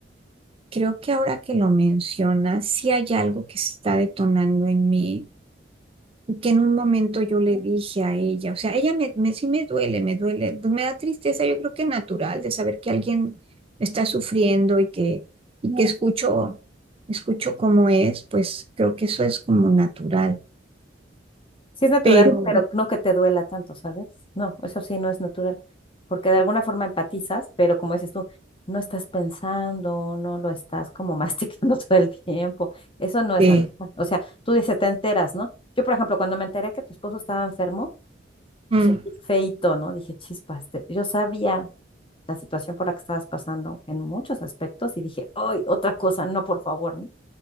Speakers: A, on the right (about 30°); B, on the left (about 30°).
A: creo que ahora que lo mencionas, sí hay algo que se está detonando en mí y que en un momento yo le dije a ella, o sea, ella me, me- sí me duele, me duele, me da tristeza, yo creo que natural de saber que alguien está sufriendo y que, y que escucho, escucho cómo es, pues creo que eso es como natural.
B: Sí es natural,
A: pero
B: pero no que te duela tanto, ¿sabes? No, eso sí no es natural, porque de alguna forma empatizas, pero como dices tú, no estás pensando, no lo estás como masticando <laughs> todo el tiempo. Eso no es
A: sí,
B: natural. O sea, tú dices, te enteras, ¿no? Yo, por ejemplo, cuando me enteré que tu esposo estaba enfermo,
A: mm,
B: pues sentí feito, ¿no? Dije, chispas, te- yo sabía la situación por la que estabas pasando en muchos aspectos y dije, ¡ay, otra cosa! No, por favor, ¿no?